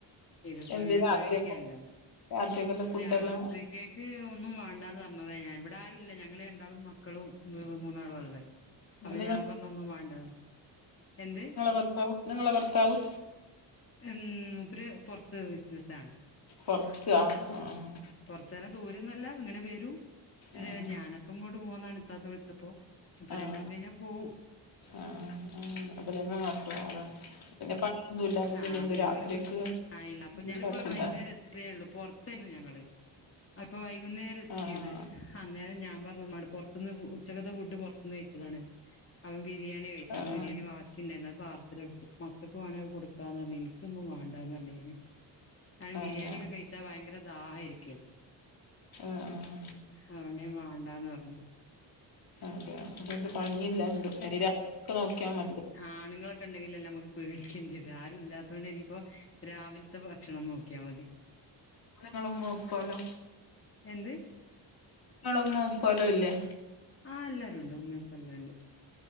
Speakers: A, on the left; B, on the left.
A: ഇതിപ്പോ
B: എന്ത്
A: അങ്ങനെ
B: രാത്രിയൊക്കെ
A: പേടിക്കാൻല്ലല്ലോ
B: രാത്രിയൊക്കെല്ല ഫുഡെല്ലാം
A: രാത്രി കേക്ക് ഒന്നും വേണ്ടാന്ന് പറഞ്ഞത ഞാൻ വടാര് രുല്ല ഞങ്ങള് രണ്ടാളും മക്കളും മൂന്നാളുആള്ളത് അപ
B: നിങ്ങള
A: ഞാൻ പർഞ്ഞൊന്നും വേണ്ടാന്ന് എന്ത്
B: ഭർത്താവും നിങ്ങളെ ഭർത്താവും
A: ഉം മൂപ്പര് പൊർത്ത് ബിസിനസ്സാണ്
B: പൊറത്ത് ആഹ് ആഹ്
A: അത്തരം ദൂരൊന്നല്ല ഇങ്ങനെ വരും
B: ആ ആ
A: ത്ഞാനപ്പൊ ഇങ്ങോട്ട് പോന്നാണ് ഇത്താത്ത വിളിച്ചപ്പോ ഇപ്പൊ
B: ആഹ്
A: രണ്ടീസം കഴിഞ്ഞാ പോവും
B: ആഹ് അതില <unintelligible> മാത്രടോ പിന്നെ പണിയൊന്നുല്ല പിന്നെ
A: ആഹ് അപ്പൊ
B: എന്ത്
A: ഞങ്ങള്
B: രാത്രിക്ക്
A: ആ ഇല്ല അപ്പൊ ഞങ്ങളിപ്പോ
B: ഉണ്ടാക്കണ്ട
A: വൈകുന്നേരം എത്തിയേള്ളൂ പൊർത്തേന്നു ഞങ്ങള് ആഹ് ഇപ്പൊ വൈകുന്നേരത്തിയത്
B: ആഹ്
A: അന്നേരം ഞാൻ പർഞ്ഞു മ്മാനോട് പൊർത്തുന്ന് ഉച്ചകത്തെ ഫുഡ് പൊർത്തുന്ന് കയ്ച്ചതാണ്. അപ്പൊ ബിരിയാ ണിയാ കഴിച്ചേ
B: ആഹ്
A: അപ്പൊ ബിരിയാണി ബാക്കിണ്ടേയ്ന് അത് പാർസൽ ഇട്ത്തു മക്കക്ക് വേണേ അത് കൊടു - ക്കാന്നർഞ്. ഇനിക്കൊന്നും വാണ്ടാന്നർഞ് ഞാന്. കാരണം
B: അതെ
A: ബിരിയാണി ഒക്കെ കഴിച്ചാ ഭയങ്കര ദാഹായിരിക്കും.
B: ആഹ്
A: അതോണ്ട് ഞാൻ വാണ്ടാന്ന് പർഞ്
B: അതെയ അതെന്ത് പണിയില്ല എ <unintelligible> നിക്ക് നോക്കിയാൽ മതി
A: ആണുങ്ങളൊക്കെണ്ടെങ്കിലല്ലമ്മക്ക് പേടിക്കേണ്ടിത് ആരും ഇല്ലാത്തതോണ്ട് ഇനി പ്പൊ രാവിൽത്തെ ഭക്ഷണം നോക്ക്യാ മതി
B: ങ്ങള ഉമ്മ ഉപ്പാലോ
A: എന്ത്
B: ങ്ങള ഉമ്മ ഉപ്പാലോ ഇല്ലേ
A: ആഹ് എല്ലാരുണ്ട് ഉമ്മീം ഉപ്പിം എല്ലാംണ്ട്